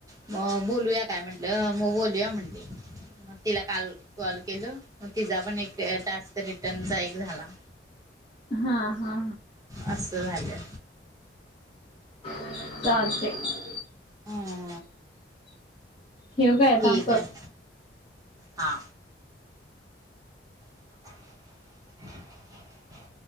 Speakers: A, on the right; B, on the left.
A: मग बोलूया काय म्हंटलं मग बोलूया म्हणते. मग तिला काल कॉल केल मग तिचा पण एक टास्क रिटर्नचा एक झाला.
B: हा हा.
A: असं झाल्या.
B: सांगते
A: हम्म.
B: ठेवू काय
A: ठीक
B: थांब करतो
A: आहे हा. <unintelligible>